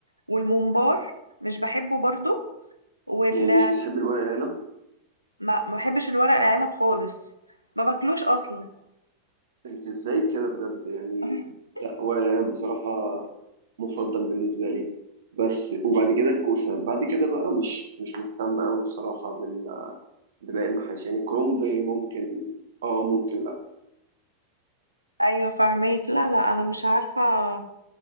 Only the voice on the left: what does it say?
والممبار مش بحبه برضو وال
ما ما بحبش الورق العنب خالص ما باكلوش اصلا
<laughs>
ايوه فاهمك لا لا انا مش عارفه انا